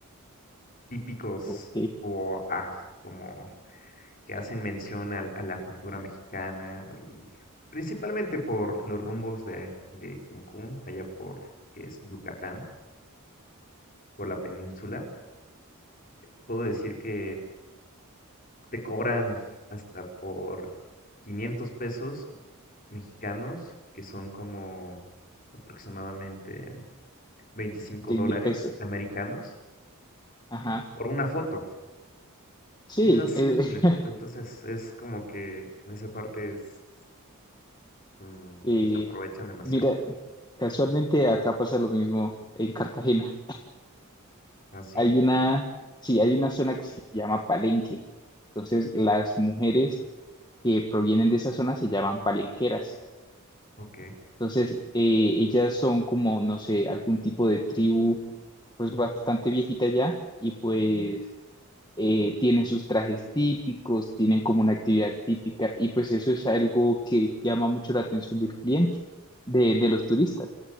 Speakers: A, on the left (about 40°); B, on the left (about 20°).
A: típicos
B: ok,
A: o ah, como que hacen mención al- a, la cultura mexicana y principalmente por los rumbos de, de Cancún, allá por que es Yucatán. por la península, puedo decir que te cobran hasta por 500 pesos mexicanos, que son como aproximadamente 25
B: 100
A: dólares
B: mil pesos.
A: americanos,
B: Ajá,
A: por una foto,
B: sí.
A: una simple
B: eh,
A: foto.
B: <laughs>
A: Entonces es como que en esa parte es, mm,
B: eh,
A: se aprovechan demasiado.
B: mira, casualmente acá pasa lo mismo en Cartagena.
A: ¿Ah, sí?
B: Hay una, sí, hay una zona que se llama Palenque. Entonces, las mujeres que provienen de esa zona se llaman palenqueras.
A: Ok.
B: Entonces, eh, ellas son como, no sé, algún tipo de tribu, pues bastante viejita ya, y pues eh, tienen sus trajes típicos, tienen como una actividad típica, y pues eso es algo que llama mucho la atención del cliente, de, de los turistas.